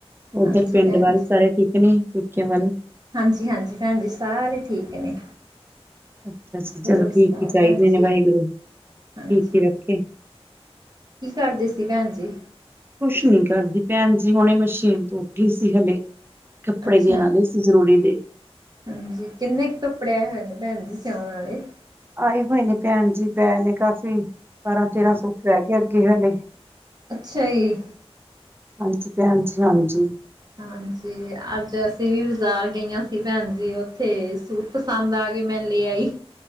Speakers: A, on the right; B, on the right.
A: ਉਧਰ
B: ਹਾਂਜੀ
A: ਪਿੰਡ
B: ਭੈਣ
A: ਵੱਲ
B: ਜੀ।
A: ਸਾਰੇ ਠੀਕ ਨੇ ਪੇਕਿਆ ਵੱਲ।
B: ਹਾਂਜੀ-ਹਾਂਜੀ ਭੈਣ ਜੀ ਸਾਰੇ ਠੀਕ ਨੇ।
A: ਅੱਛਾ-ਅੱਛਾ
B: ਹੋਰ
A: ਚਲੋ ਠੀਕ
B: ਸੁਣਾਓ
A: ਏ ਚਾਈਦੇ
B: ਭੈਣ
A: ਨੇ
B: ਜੀ
A: ਵਾਹਿਗੁਰੂ, ਠੀਕ
B: ਹਾਂਜੀ।
A: ਈ ਰੱਖੇ।
B: ਕੀ ਕਰਦੇ ਸੀ ਭੈਣ ਜੀ?
A: ਕੁਛ ਨੀ ਕਰਦੀ ਭੈਣ ਜੀ ਹੁਣੇ ਮਸ਼ੀਨ ਤੋਂ ਉੱਠੀ ਸੀ ਹਲੇ। ਕੱਪੜੇ
B: ਅੱਛਾ
A: ਦੇਣ ਆਲੇ ਸੀ ਜ਼ਰੂਰੀ ਦੇ।
B: ਹਾਂਜੀ ਕਿੰਨੇ ਕ ਕੱਪੜੇ ਆਏ ਹੋਏ ਨੇ ਭੈਣ ਜੀ ਸਿਆਉਣ ਆਲੇ?
A: ਆਏ ਹੋਏ ਨੇ ਭੈਣ ਜੀ ਪਏ ਨੇ ਕਾਫ਼ੀ। ਬਾਰਾਂ-ਤੇਰਾਂ ਸੂਟ ਰਹਿ ਗੇ ਅੱਗੇ ਹਲੇ।
B: ਅੱਛਾ ਜੀ।
A: ਹਾਂਜੀ ਭੈਣ ਜੀ ਹਾਂਜੀ।
B: ਹਾਂਜੀ ਅੱਜ ਅਸੀਂ ਵੀ ਬਾਜ਼ਾਰ ਗਈਆਂ ਸੀ ਭੈਣ ਜੀ ਉੱਥੇ ਸੂ ਟ ਪਸੰਦ ਆ ਗੇ ਮੈਂ ਲੈ, ਆਈ